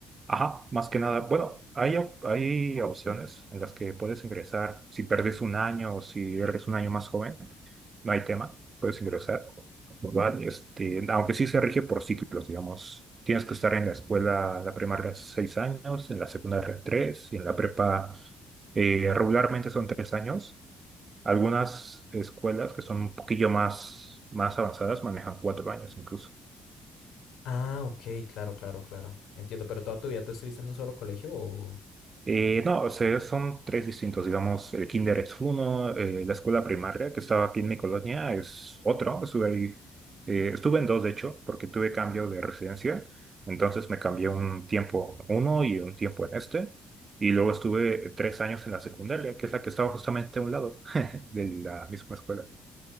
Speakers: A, on the right (about 35°); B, on the left (about 80°).
A: Ajá, más que nada, bueno, hay, op- hay opciones en las que puedes ingresar. Si perdes un año o si eres un año más joven, no hay tema, puedes ingresar. ¿verdad? Este, aunque sí se rige por ciclos, digamos. Tienes que estar en la escuela, la primaria, seis años, en la secundaria, tres, y en la prepa, eh, regularmente son tres años. Algunas escuelas que son un poquillo más, más avanzadas manejan cuatro años incluso.
B: Ah, ok, claro, claro, claro. Entiendo, pero toda tu vida tú estuviste en un solo colegio o...
A: Eh, no, o sea, son tres distintos, digamos, el kinder es uno, eh, la escuela primaria que estaba aquí en mi colonia es otro, estuve ahí, eh, estuve en dos de hecho, porque tuve cambio de residencia, entonces me cambié un tiempo a uno y un tiempo en este, y luego estuve tres años en la secundaria, que es la que estaba justamente a un lado <laughs> de la misma escuela,